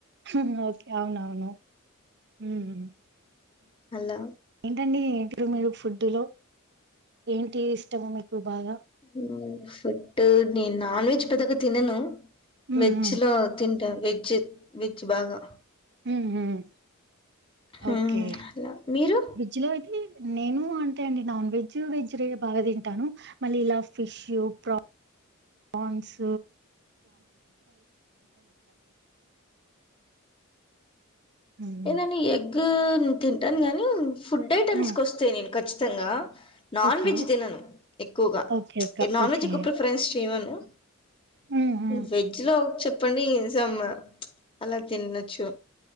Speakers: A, on the right; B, on the left.
A: ఊహ్మ్ ఓకే అవును అవును ఊమ్
B: హలో
A: ఏంటండి ఇప్పుడు మీరు ఫుడ్డు లో ఏంటి ఇష్టము మీకు బాగా
B: ఉమ్ ఫుడ్ నేను నాన్ వెజ్ పెద్దగా తినను
A: మ్మ్,
B: వెజ్
A: మ్మ్.
B: లో తింటాను వెజ్ వెజ్ బాగా
A: ఊమ్ ఉమ్
B: మ్మ్
A: ఓకే
B: అలా మీరు
A: వెజ్ లో అయితే నేను అంటే అండి నాన్ వెజ్ వెజ్ రె బాగా తింటాను మళ్ళీ ఇలా ఫిషు ప్ర ప్రాన్స్ హ్మ్.
B: ఏదో నీ ఎగ్ తింటాను గాని ఫుడ్ ఐటమ్స్
A: హ్మ్.
B: కి వస్తే నేను ఖచ్చితంగా నాన్
A: ఓకే
B: వెజ్ తినను ఎక్కువగా
A: ఓకే
B: ప్చ్
A: అక్క
B: నాన్
A: ఓకే
B: వెజ్ కు ప్రిఫరెన్స్ చేయను
A: హ్మ్. హ్మ్.
B: వెజ్ లో చెప్ పన్నీర్ సమ్ ప్చ్ అలా తిన్నచ్చు